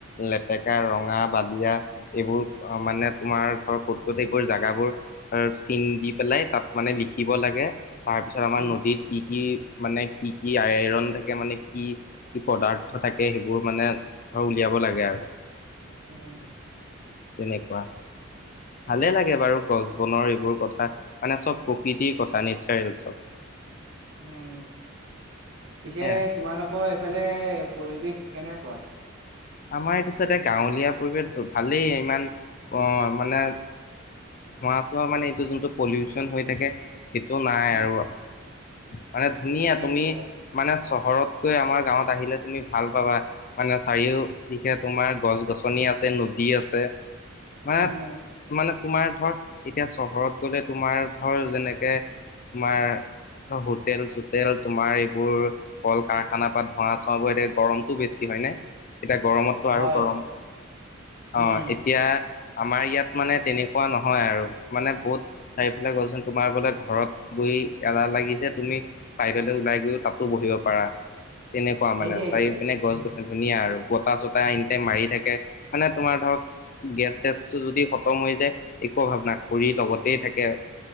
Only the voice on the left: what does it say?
লেতেকা ৰঙা বালিয়া এইবোৰ মানে তোমাৰ ধৰক ক'ত ক'ত এইবোৰ জোগাবোৰ চিন দি পেলাই তাত মানে লিখিব লাগে তাৰ পিছত আমাৰ
নদীত কি কি মানে কি কি আইৰন থাকে মানে কি? কি পদাৰ্থ থাকে সেইবোৰ মানে ধৰ উলিয়াব লাগে আৰু।
তেনেকুৱা। ভালে লাগে বাৰু গছ বনৰ এইবোৰ কথা মানে চব প্ৰকৃতিৰ কথা নেচাৰেল চব।
হে
আমাৰ এইটো চাইদে গাঁৱলীয়া পৰিৱেশ ভালেই ইমান অ মানে মহা চোৱা মানে এইটো যোনটো পলিউচন হৈ থাকে সেইটো নাই
আৰু মানে ধুনীয়া
তুমি
মানে চহৰতকৈ আমাৰ গাঁৱত আহিলে তুমি ভাল পাবা মানে চাৰিও দিশে তোমাৰ গছ গছনি আছে নদী আছে। মানে
মানে তোমাৰ ধৰ এতিয়া চহৰত গ'লে তোমাৰ ধৰ যেনেকে তোমাৰ হোটেল-চোটেল তোমাৰ এইবোৰ কল কাৰখানা পৰা ধোঁৱা-চোৱা বোৰ, এতিয়া গৰমটো বেছি হয় নে, এতিয়া গৰমত আৰু
গৰম, অ',
এতিয়া আমাৰ ইয়াত মানে তেনে কোৱা নহয় আৰু, মানে বহুত চাৰিফেলে কলচোন তোমাৰ বোলে ঘৰত বহি এলাহ লাগিছে, তুমি চাইডলৈ ওলাই গৈ তাতো বহিব পাৰা, তেনেকুৱা
মানে, চাইও পিনে গছ-গছনি
ধুনীয়া আৰু। বতাহ চটা এনিতাইম মাৰি থাকে, মানে তোমাৰ ধৰক গেছ-চেছ যদি খতম হৈ যায় একো অভাৱ নাই, খৰি লগতেই থাকে।